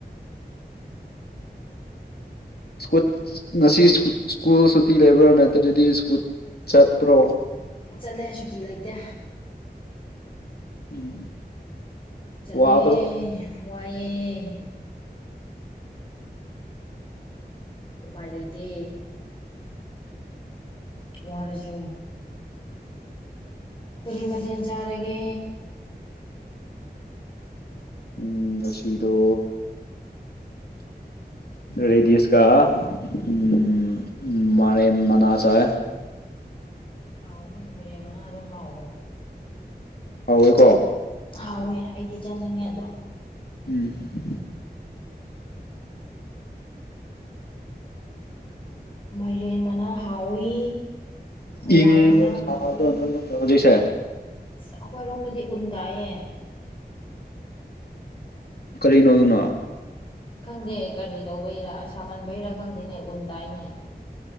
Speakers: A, on the left; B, on the left.
A: ꯁꯀꯨꯠ ꯉꯁꯤ ꯁ꯭ꯀꯨꯜ ꯁꯨꯇꯤ ꯂꯩꯕ꯭ꯔꯥ ꯅꯠꯇ꯭ꯔꯗꯤ ꯁ꯭ꯀꯨꯠ ꯆꯠꯄ꯭ꯔꯣ
B: ꯆꯠꯂꯦ ꯁꯨꯇꯤ ꯂꯩꯇꯦ
A: ꯎꯝ
B: ꯆꯠꯂꯦ
A: ꯋꯥꯗ꯭ꯔꯣ
B: ꯋꯥꯏꯑꯦ ꯎꯄꯥꯏ ꯂꯩꯇꯦ ꯋꯥꯔꯁꯨ ꯀꯔꯤ ꯃꯊꯦꯜ ꯆꯥꯔꯒꯦ
A: ꯎꯝ ꯑꯁꯤꯗꯣ ꯔꯦꯗꯤꯁ ꯀ ꯎ ꯎ ꯃꯔ ꯃꯅꯥ ꯆꯦ
B: ꯍꯥꯎꯅꯤ ꯃꯩꯔꯦꯝ ꯃꯅꯥꯗꯣ ꯍꯥꯎꯕꯅꯦ
A: ꯀꯥꯎꯋꯦꯀꯣ
B: ꯍꯥꯎꯋꯦ ꯑꯩꯗꯤ ꯆꯥꯅꯤꯡꯉꯦ ꯑꯗꯣ
A: ꯎꯝ
B: ꯃꯥꯏꯔꯦꯟ ꯃꯅꯥ ꯍꯥꯎꯋꯤ ꯍꯋꯥꯏ
A: ꯏꯪꯕ꯭ꯔꯣ
B: ꯃꯅꯥ
A: ꯁꯥꯕ꯭ꯔꯣ
B: ꯍꯥꯎꯏꯤ
A: ꯅꯣꯏꯔꯣꯝꯗ ꯍꯧꯖꯤꯛꯁꯦ
B: ꯑꯩꯈꯣꯏꯔꯣꯝꯗꯗꯤ ꯎꯟ ꯇꯥꯏꯌꯦ
A: ꯀꯔꯤꯅꯣ ꯑꯗꯨꯅ
B: ꯈꯪꯗꯦ ꯀꯔꯤ ꯇꯧꯕꯩꯔꯥ ꯁꯥꯃꯟꯕꯩꯔꯥ ꯈꯪꯗꯦꯅꯦ ꯎꯟ ꯇꯥꯏꯅꯦ